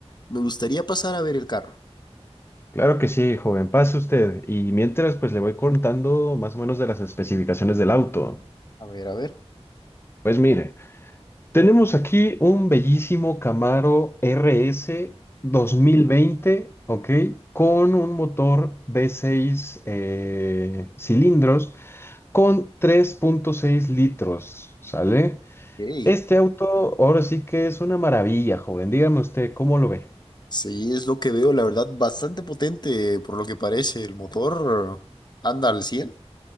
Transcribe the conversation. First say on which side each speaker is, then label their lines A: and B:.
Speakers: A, on the left; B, on the left.
A: me gustaría pasar a ver el carro.
B: Claro que sí, joven, pase usted. Y mientras, pues le voy contando más o menos de las especificaciones del auto.
A: A ver, a ver.
B: Pues mire, tenemos aquí un bellísimo Camaro RS veinte, ¿ok? Con un motor v seis eh, cilindros con tres punto seis litros, ¿sale?
A: Ey,
B: Este auto ahora sí que es una maravilla, joven. Dígame usted, ¿cómo lo ve?
A: Sí, es lo que veo, la verdad, bastante potente por lo que parece. El motor anda al 100.